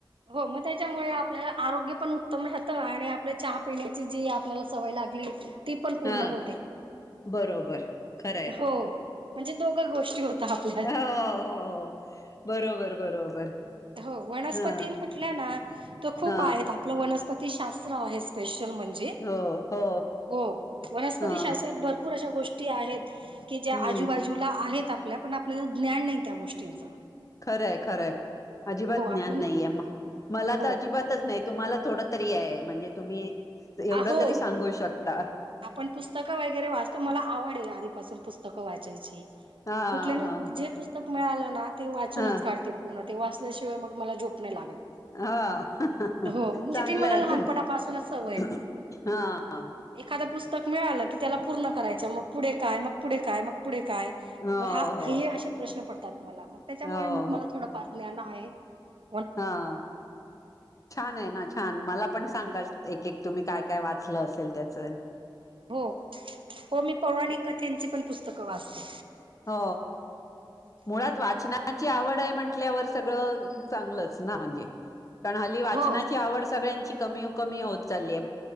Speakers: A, on the right; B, on the left.
A: हो म त्याच्यामुळे, आप पल आरोग्य पण उत्तम राहत आणि आपल्या चहा पिण्याची जी आपल्याला सवय लागली. ती पण पूर्ण
B: हा
A: होते.
B: बरोबर खरं ये.
A: हो म्हणजे दोघं गोष्टी होत आपल्या
B: हा हा हो हो बरोबर, बरोबर,
A: हो वनस्पती
B: हा
A: म्हटल्या ना त खूप
B: हा
A: आहेत. आपलं वनस्पती शास्त्र आहे स्पेश, त्यल म्हणजे
B: हो हो
A: हो वनस्पती
B: हा
A: शास्त्रत भरपूर अशा गोष्टी आहेत. की ज्या
B: हम्म
A: आजूबाजूला आहेत आपल्या पण आपल्याला ज्ञान नाही, त्या गोष्टींच'
B: खरंय, खरंय अजिबात ज्ञान
A: आपण
B: नाहीय. मला
A: हो
B: तर अजिबातच नाही. तुम्हाला थोड तरी हाय. म्हणजे तुम्ही.. एवढं
A: अहो,
B: तरी सांगू शकता
A: आपण पुस्तकं वगैरे वाचतो मला आवड ये आधीपासून पुस्तक, वाचायची,
B: हा
A: कुठलं
B: हा
A: ना जे पुस्तक मिळालं ना ते वाचूनच
B: हा
A: काढते पूर्ण, ते वाचल्याशिवाय मग मला झोप नै लागत,
B: हाऽऽ
A: हो म्हणजे
B: चांगलं
A: ती मला
B: आहे
A: लहानपणापासूनच
B: चांगल,
A: सवय आहे.
B: हाऽऽ
A: एखादं पुस्तक मिळालं की त्याला पूर्ण करायच, मग पुढे काय मग पुढे काय म, पुढे काय,
B: हो
A: हा
B: हो
A: हे प्रश्न पडतात मला, त्याच्यामुळे
B: हो
A: मग मला थोडं <inaudible>
B: हाऽऽऽ, छान आहे ना छान, मला पण सांगायच, एक एक तुम्ही काय काय वाचलं असेल त्याचं,
A: हो, हो मी पौराणिक कथेंची पण पुस्तकं वाचते,
B: हो, मुळात वाचनाची आवड आहे म्हंटल्यावर सगळं चांगलंच, नारच म्हणजे, कारण हल्ली वाचनाची
A: हो.
B: आवड सगळ्यांची कमी कमी होत चाललीय,